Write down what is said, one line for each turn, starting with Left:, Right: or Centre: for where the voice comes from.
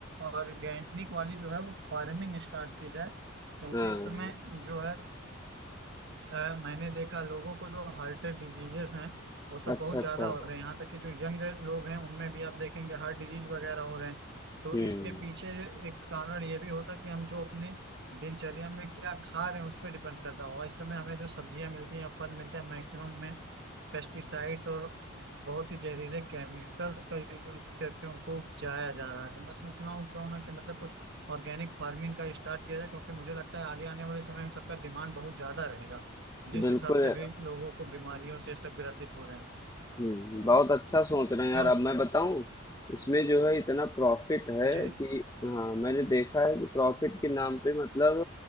Right: ऑर्गेनिक वाली जो है वो फार्मिंग स्टार्ट की जाए क्योंकि
Left: हाँ
Right: इस समय जो है अ, मैंने देखा लोगों को जो हार्ट डिजीजेस हैं वो सब
Left: अच्छा
Right: बहुत
Left: अच्छा
Right: ज्यादा हो रहे हैं यहाँ तक कि जो यंग लोग हैं उनमें भी आप देखेंगे हार्ट डिजीज वगैरह हो रहे हैं तो
Left: हम्म
Right: इसके पीछे एक कारण ये भी होता है कि हम जो अपने दिनचर्या में क्या खा रहे हैं उस पर डिपेंड करता होगा इस समय हमें जो सब्जियां मिलती हैं फल मिलते हैं मैक्सिमम में पेस्टिसाइड्स और बहुत ही जहरीले केमिकल्स का यूज करके उनको उपजाया जा रहा है तो मैं सोच रहा हूँ क्यों ना कि मतलब कुछ ऑर्गेनिक फार्मिंग का स्टार्ट किया जाए क्योंकि मुझे लगता है आगे आने वाले समय में सबका डिमांड बहुत ज्यादा रहेगा जिस
Left: बिल्कुल
Right: हिसाब से अभी लोगों को बीमारियों से सब ग्रसित हो रहे हैं
Left: हम्म बहुत अच्छा सोच रहे हैं
Right: क्यों
Left: यार अब मैं बताऊं इसमें जो है इतना प्रॉफिट है
Right: जी
Left: कि हाँ मैंने देखा है कि प्रॉफिट के नाम पे मतलब